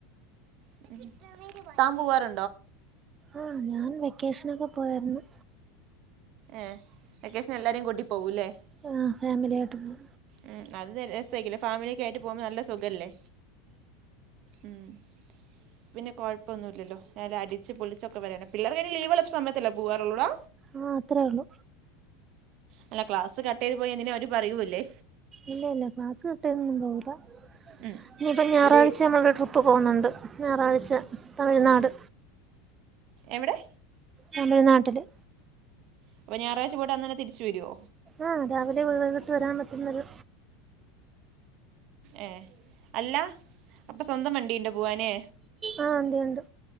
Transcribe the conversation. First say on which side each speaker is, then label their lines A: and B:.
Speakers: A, on the right; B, on the right.
A: <unintelligible> താൻ പോവാറു
B: ആഹ് ഞാൻ വെക്കേഷനൊക്കെ പോയേയിരുന്നു.
A: ഏഹ് വെക്കേഷന് എല്ലാരേം കൂട്ടി പോകൂല്ലേ
B: ആഹ് ഫാമിലി ആയിട്ട് പോവും.
A: ഉം അത് രസായിരിക്കൂല്ലേ. ഫാമിലിയൊക്കെ ആയിട്ട് പോകുമ്പോ നല്ല സുഖാലെ. ഉം പിന്നെ കൊഴപ്പൊന്നുമില്ലല്ലോ <unintelligible> അടിച്ച് പൊളിച്ചൊ <unintelligible> പിള്ളേർക് ലീവ് ഉള്ളപ്പ സമയത്തല്ലെ പോവാറുള്ളൂടാ?
B: ആഹ് അത്രേ ഉള്ളു.
A: അല്ല ക്ലാസ് കട്ട് ചെയ്തു പോയ എന്തെങ്കിലും അവര് പറയൂല്ലേ.
B: ഇല്ല ഇല്ല ക്ലാസ് കട്ട്ചെയ്തൊന്നും പോകില്ല.
A: ഉം
B: ഇനിയിപ്പം ഞായറാഴ്ച
A: ലേ
B: നമ്മള് ഒരു ട്രിപ്പ് പോകുന്നുണ്ട്. ഞായറാഴ്ച തമിഴ്നാട്
A: എവിടെ?
B: തമിഴ്നാട്ടില്.
A: അപ്പ ഞായറാഴ്ച പൊയിട്ട് അന്നനെ തിരിച്ചുവരോ?
B: ആഹ് രാവിലെ പോയി വൈകിട്ട് വരാൻ പറ്റുന്നൊരു
A: ഏഹ് അല്ല അപ്പൊ സ്വന്തം വണ്ടീണ്ട പോവാന്
B: ആ ഉണ്ട് ഉണ്ട്